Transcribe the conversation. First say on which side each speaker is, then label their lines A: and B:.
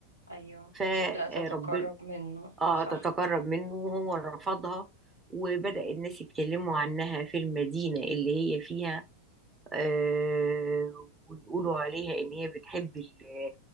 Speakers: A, on the right; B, on the right.
A: ايوه
B: فربنا
A: تبدأ تتقرب منه
B: اه
A: صح
B: تتقرب منه وهو رفضها وبدأ الناس يتكلموا عنها في المدينة اللي هي فيها آه ويقولوا عليها ان هي بتحب ال